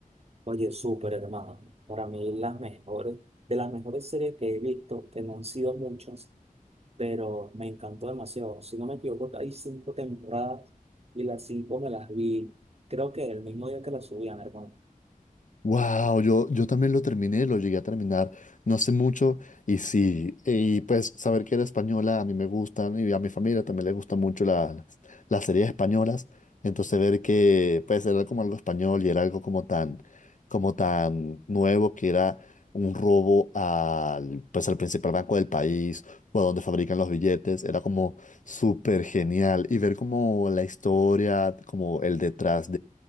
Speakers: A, on the right; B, on the left.
A: Oye, súper hermano. Para mí las mejores, de las mejores series que he visto, que no han sido muchas, pero me encantó demasiado. Si no me equivoco, hay cinco temporadas y las cinco me las vi, creo que el mismo día que las subían, hermano.
B: Wow, yo, yo también lo terminé, lo llegué a terminar no hace mucho y sí, y pues saber que era española a mí me gustan y a mi familia también le gustan mucho la- las, las series españolas, entonces ver que pues era como algo español y era algo como tan, como tan nuevo que era un robo al, pues al principal banco del país o a donde fabrican los billetes, era como súper genial y ver como la historia, como el detrás